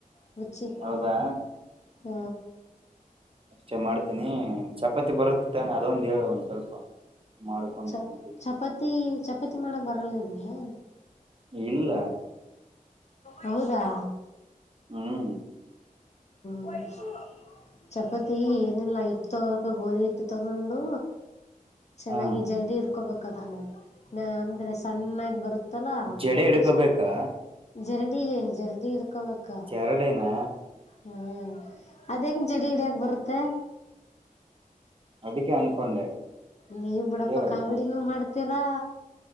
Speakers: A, on the left; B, on the right.
A: ರುಚಿ ಹ್ಮ
B: ಹೌದಾ ಅಷ್ಟೆ ಮಾಡ್ತೀನಿ ಚಪಾತಿ ಬರುತ್ತ ತಾನೆ ಅದೊಂದು ಹೇಳುವ ಒಂದ್ ಸ್ವಲ್ಪ ಮಾಡ್ಕೊಂಡ್
A: ಚ
B: ತಿಂತೀನಿ
A: ಚಪಾತಿ ಚಪಾತಿ ಮಾಡಕ್ ಬರಲ್ಲ ನಿಮ್ಗೆ
B: ಇಲ್ಲ
A: ಹೌದಾ
B: ಹ್ಮ್
A: ಹ್ಮ್ ಚಪಾತಿ ಏನಿಲ್ಲಾ ಹಿಟ್ಟು ತಗೋಬೇಕ ಗೋಧಿ ಹಿಟ್ಟು ತಗೊಂಡು ಚೆನ್ನಾಗಿ
B: ಹಾ
A: ಜರ್ಡಿ ಇಡ್ಕೋಬೇಕ ಅದನ್ನ ಅಂದ್ರೆ ಸಣ್ಣಾಗಿ ಬರುತ್ತ ತ್ತಲ
B: ಜಡೆ ಹಿಡ್ಕೋಬೇಕಾ
A: ಜರ್ಡಿ ಜರ್ಡಿಿ ಇಡ್ಕೋಬೇಕ
B: ಜರ್ಡಿ ನಾ
A: ಹ್ಮ್ ಅದೆಂಗ್ ಜರ್ಡಿ ಹಿಡಿಯಾಗ ಬರುತ್ತೆ
B: ಅದಿಕ್ಕೆ ಅನ್ಕೊಂಡೆ
A: ನೀವ್ ಬಿಡಪ್ಪ
B: ಹೇಳ
A: ಕಾಮಿಡಿನೂ
B: ಮತ್
A: ಮಾಡ್ತೀರಾ